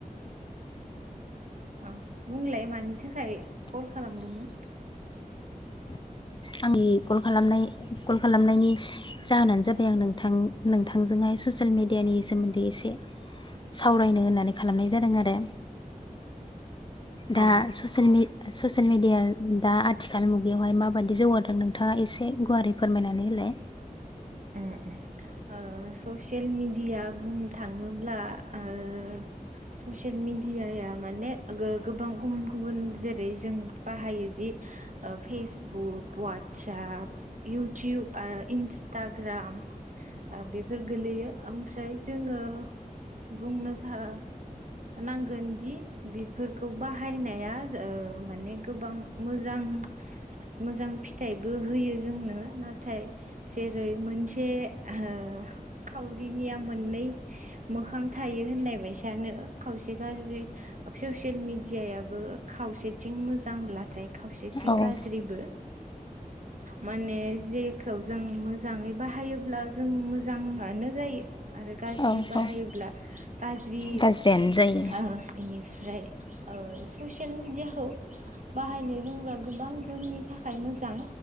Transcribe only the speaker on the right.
अ बुंलाय मानि थाखाय कल खालामदोंमोन?
अ
उम <unintelligible> ससियेल मेडिया बुंनो थाङोब्ला ओ स ससियेल मेडियाया माने गोबां गुबुन गुबुन जेरै जों बाहायोदि फेसबुक, ववाटसप, इउटुब, इन्सटाग्राम बेफोर गोलैयो ओमफ्राय जोङो बुंनो था नांगोन जि बेफोरखौ बाहायनाया ओ‌ माने गोबां मोजां मोजां फिथाइबो होयो जोंनो नाथाय जेरै मोनसे ओ खावरिनिया मोननै मोखां थायो होननाय बायसानो खावसे ससियेल मिडियायाबो खावसेथिं मोजांब्लाथाय खावसेथिं
गाज्रिबो माने जेखौ जों मोजाङै बाहायोब्ला जों मोजाङानो जायो आरो गाज्रि
बाहायोब्ला
गाज्रि
ओ इनिफ्राय ओ ससियेल मिडियाखौ बाहायनो रोङोब्ला गोबां जोंनि थाखाय थाखाय मोजां